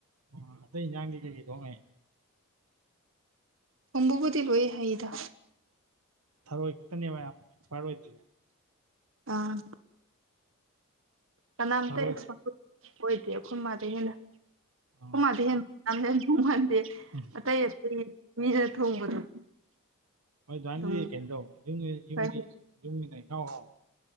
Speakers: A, on the right; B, on the right.
A: ꯑꯣ ꯑꯇꯩ ꯍꯟꯖꯥꯡꯗꯤ ꯀꯩꯀꯩ ꯊꯣꯛꯣꯡꯉꯩ
B: ꯀꯕꯕꯨꯗꯤ ꯂꯣꯏ ꯍꯥꯏꯩꯗ
A: ꯊꯔꯣꯏ ꯈꯤꯇꯅꯦ ꯃꯌꯥꯝ ꯑꯦꯛꯁꯄꯥꯔꯠ ꯑꯣꯏꯗꯣꯏꯦ
B: ꯑꯥ ꯀꯅꯥꯝꯇ
A: ꯊꯔꯣꯏ
B: ꯑꯦꯛꯁꯄꯥ ꯑꯣꯏꯗꯦ ꯑꯩꯈꯣꯏ ꯃꯥꯗ ꯍꯦꯟꯅ ꯑꯩꯈꯣꯏ
A: ꯑꯥ
B: ꯃꯥꯗ ꯍꯦꯟꯅ ꯌꯥꯝ ꯌꯥꯝ ꯊꯣꯡꯍꯟꯗꯦ
A: ꯎꯝ
B: ꯑꯇꯩ ꯑꯇꯩ ꯃꯤꯅ ꯊꯣꯡꯕꯗꯣ
A: ꯍꯣꯏ ꯑꯗꯨꯃꯥꯏꯅꯗꯗꯤ
B: ꯑꯗꯨꯝ
A: ꯀꯩꯅꯣ ꯇꯧꯅꯤ ꯌꯨꯝꯒꯤ ꯌꯨꯝꯒꯤ
B: ꯈꯔ
A: ꯌꯨꯝꯒꯤꯅ ꯍꯥꯎ ꯍꯥꯎ